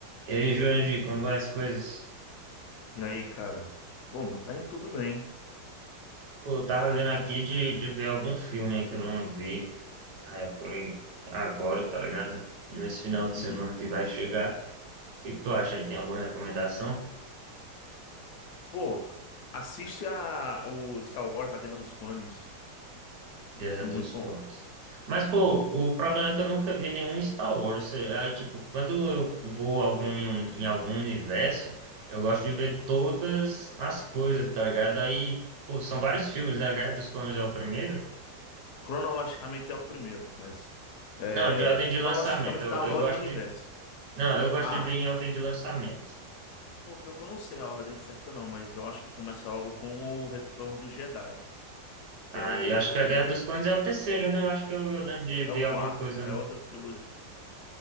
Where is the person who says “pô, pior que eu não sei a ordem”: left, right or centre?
Left